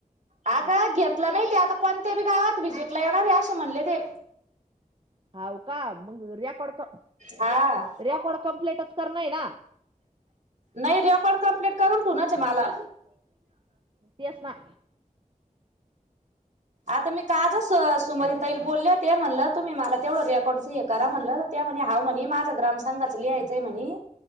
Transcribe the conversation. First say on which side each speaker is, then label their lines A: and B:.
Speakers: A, on the right; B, on the right.
A: आग घेतलं नाही. ते आता कोणत्या बी गावात विजिटला येणार आहे असे म्हणले ते.
B: हाव का मग रेकॉर्ड क
A: हा
B: रेकॉर्ड कम्प्लेटच करन हे ना?
A: नाही रेकॉर्ड कंप्लीट करून ठिवणच आहे मला.
B: तेच ना.
A: आता मी काजचा सुमन ताईला बोलले होते ते म्हणलं तुम्ही मला तेवढं रेकॉर्डच हे करा म्हणलं. त्या म्हणे हाव म्हणे माझा ग्रामसघाच लिहायचं आहे म्हणे